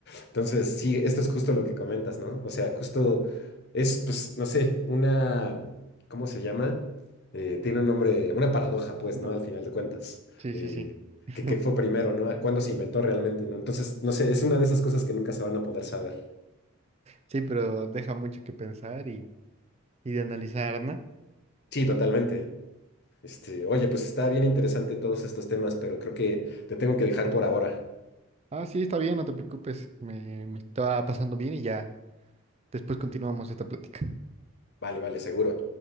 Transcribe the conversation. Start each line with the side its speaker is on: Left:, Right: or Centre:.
Left: Entonces, sí, esto es justo lo que comentas, ¿no? O sea, justo es, pues, no sé, una, ¿cómo se llama? Eh, tiene un nombre, una paradoja, pues,
Right: No,
Left: ¿no? Al final de cuentas,
Right: Sí,
Left: eh,
Right: sí, sí. <laughs>
Left: que, que fue primero, ¿no? ¿Cuándo se inventó realmente, ¿no? Entonces, no sé, es una de esas cosas que nunca se van a poder saber.
Right: Sí, pero deja mucho que pensar y, y de analizar, ¿no?
Left: Sí, totalmente. Este, oye, pues está bien interesante todos estos temas, pero creo que te tengo que dejar por ahora.
Right: Ah, sí, está bien, no te preocupes. Me, me estaba pasando bien y ya después continuamos esta plática.
Left: Vale, vale, seguro.